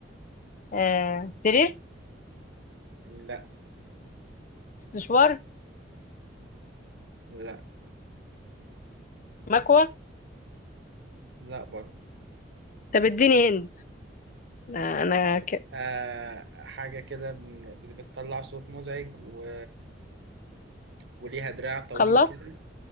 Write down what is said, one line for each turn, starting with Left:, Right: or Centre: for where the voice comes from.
Left: آه، سرير
Right: لا
Left: استشوار
Right: لا
Left: مكوه
Right: لا برضه
Left: طب اديني هند آه، انا ك...
Right: آه حاجة كده بن- بت- بتطلع صوت مزعج و... وليها دراع طويل
Left: خلاط
Right: كده